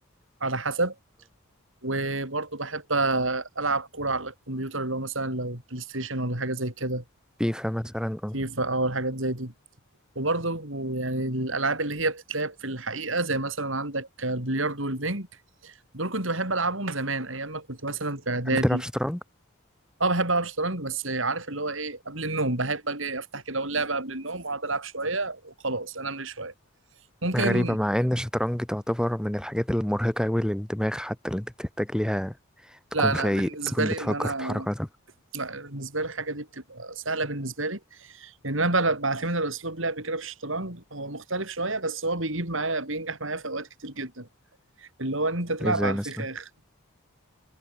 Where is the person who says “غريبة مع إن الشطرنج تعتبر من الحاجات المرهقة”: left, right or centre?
Centre